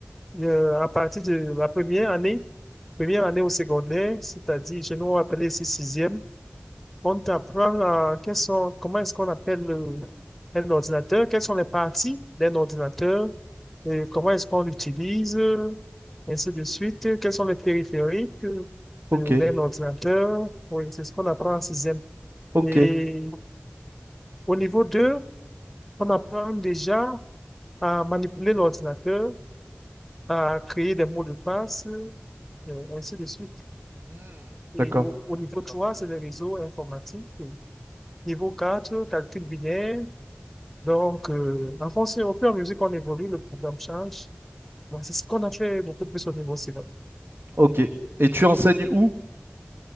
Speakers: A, in the centre; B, on the right.
A: euh, à partir de la première année, première année au secondaire, c'est-à-dire, chez nous, appelé ici sixième. On t'apprend euh, quels sont, comment est-ce qu'on appelle le- un ordinateur, quelles sont les parties d'un ordinateur, et comment est-ce qu'on l'utilise, euh, ainsi de suite, euh, quels sont les périphériques euh,
B: ok,
A: de- d'un ordinateur. Oui, c'est ce qu'on apprend en sixième.
B: ok,
A: Et au niveau 2, on apprend déjà à manipuler l'ordinateur, à créer des mots de passe, euh, ainsi de suite.
B: Hmm,
A: Et
B: d'accord,
A: au, au niveau 3, c'est les réseaux informatiques. Niveau 4, calcul binaire. Donc, euh, en fonction, au fur et à mesure qu'on évolue, le programme change. Bon, c'est ce qu'on a fait beaucoup plus au niveau civil.
B: ok. Et tu enseignes où?